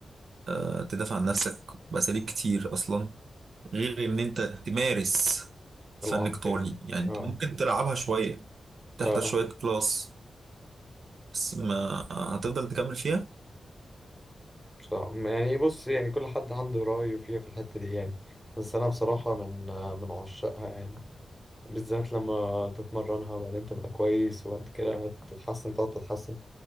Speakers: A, on the right; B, in the centre.
A: آه تدافع عن نفسك بأساليب كتير اصلا غير ان انت تمارس فن
B: العنف
A: قتالي
B: يعني
A: يعني انت
B: اه
A: ممكن تلعبها شوية تحضر
B: اه اه
A: شوية كلاس بس ما هتفضل تكمل فيها
B: مش طبعا. يعني بص يعني كل حد عنده رأيه فيها في الحتة دي يعني بس أنا بصراحة من آه، من عشاقها يعني بالذات لما تتمرنها وبعدين تبقى كويس وبعد كده تتحسن تقعد تتحسن